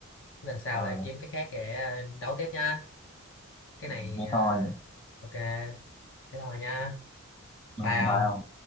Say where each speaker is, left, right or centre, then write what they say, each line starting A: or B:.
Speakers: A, on the left; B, on the left.
A: Cái lần sau
B: Ờ,
A: lại kiếm cái khác để ờ, đấu tiếp nha cái
B: thế
A: này ờ,
B: thôi
A: ok thế thôi nha
B: Ừ,
A: bye ông
B: bye ông